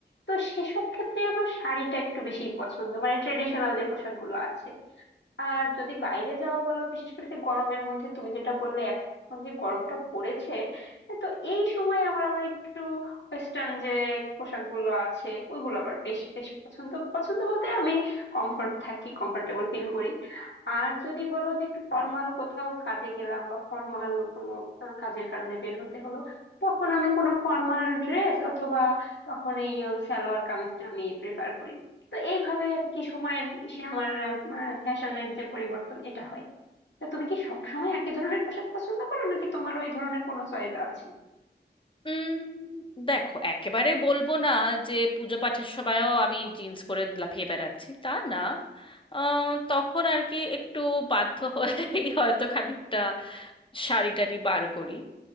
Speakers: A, on the left; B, on the left.
A: তো সেসব ক্ষেত্রে আমার শাড়িটা একটু বেশি পছন্দ মানে ট্রেডিশনাল যে পোশাকগুলো আছে আর যদি বাইরে যাওয়া বলো বিশেষ করে যে গরমের মধ্যে তুমি যেটা বললে এখন যে গরমটা পড়েছে তো এই সময় আমার আবার একটু ওয়েস্টার্ন যে পোশাকগুলো আছে ওইগুলো আবার বেশ বেশ পছন্দ পছন্দ বলতে আমি কমফর্ট থাকি কমফোর্টেবল ফিল করি আর যদি বলো যে একটু ফর্মাল কোথাও কাজে গেলাম বা ফর্মাল কোনো আহ, কাজের কারণে বের হতে হলো তখন আমি কোনো ফর্মাল ড্রেস অথবা তখন এই সালোয়ার কামিজটা আমি প্রেফার করি তো এইভাবে আর কি সময়ের সে আমার ফ্যাশনের যে পরিবর্তন এটা হয় তা তুমি কি সবসময় একই ধরনের পোশাক পছন্দ করো নাকি তোমার ওই ধরনের কোনো চয়েস আছে
B: উম, দেখো একেবারে বলবো না যে পুজো পাঠের সময়ও আমি জিন্স পরে লাফিয়ে বেড়াচ্ছি তা না আহ, তখন আর কি একটু বাধ্য হয়েই হয়তো খানিকটা শাড়ি টাড়ি বার করি